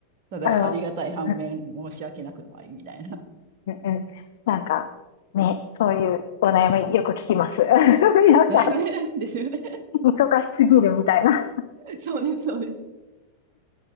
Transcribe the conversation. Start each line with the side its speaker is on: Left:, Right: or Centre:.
Right: ただありがたい反面申し訳なくもありみたいな。
Left: あの、うんうんうん。なんか、ね、そういうお悩みよく聞きます。<laughs> 皆さん、
Right: ね <laughs> ですよね。
Left: 忙しすぎるみたいな。<laughs> い
Right: そうです、そうです。